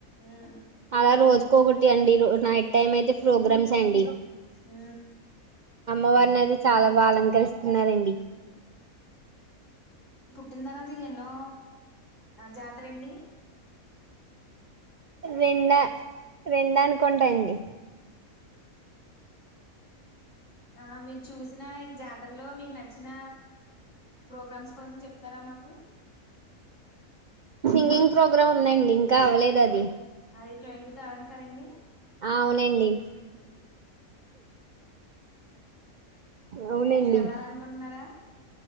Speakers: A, on the left; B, on the right.
A: ఉమ్
B: అలా రోజుకో ఒకటి అండి నైట్ టైమ్ అయితే ప్రోగ్రామ్స్ అండి
A: హ
B: అమ్మవారిని అయితే చాలా బాగా అలంకరిస్తున్నారండి
A: పెట్టిన తర్వాత ఇది ఎన్నో జాతర అండి
B: రెండ రెండ అనుకుంటాండి
A: ఆ మీరు చూసిన ఈ జాతరలో మీకు నచ్చిన ప్రోగ్రామ్స్ కోసం చెప్ తరామాకు
B: సింగింగ్ ప్రోగ్రామ్ ఉన్నాండి ఇంకా అవలేదు అది
A: అదే ట్వంటీ థర్డ్ కదండి
B: అవునండి అవునండి
A: మీరు వెళ్లాలనుకుంటున్నారా